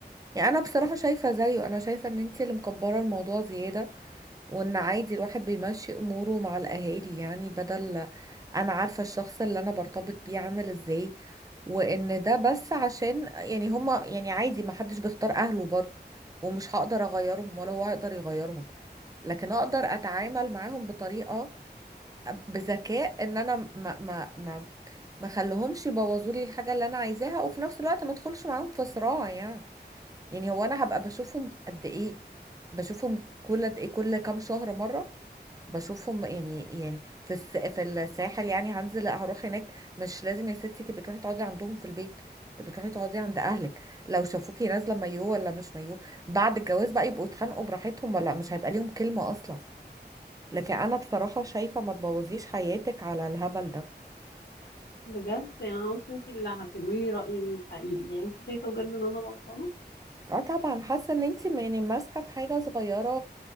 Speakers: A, on the right; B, on the left.
A: يعني انا بصراحة شايفة زيه انا شايفة ان انتي اللي مكبرة الموضوع زيادة وان عادي الواحد بيمشي اموره مع الاهالي يعني بدل انا عارفة الشخص اللي انا برتبط بيه عامل ازاي وان ده بس عشان يعني هما يعني عادي ما حدش بيختار اهله برضه ومش هقدر اغيرهم ولا هو هيقدر يغيرهم لكن اقدر اتعامل معاهم بطريقة بذكاء ان انا ما ما ما ما خليهمش يبوظوا لي الحاجة اللي انا عايزاها وفي نفس الوقت ما ادخلش معاهم في صراع يعني يعني هو انا هبقى بشوفهم قد ايه بشوفهم كل قد ايه كل كام شهر مره بشوفهم يعني يعني في الس... في الساحل يعني هنزل هروح هناك مش لازم يا ستي تبقي تروحي تقعدي عندهم في البيت تبقي تروحي تقعدي عند اهلك لو شافوكي نازله مايو ولا مش مايو بعد الجواز بقى يبقوا يتخانقوا براحتهم ولا مش هيبقى ليهم كلمه اصلا لكن انا بصراحه شايفه ما تبوظيش حياتك على الهبل ده
B: بجد يعني قلت انت اللي هتقولي لي رايي الحقيقي يعني انت شايفه بجد ان انا غلطانه
A: اه طبعا حاسه ان انت يعني ماسكه في حاجه صغيره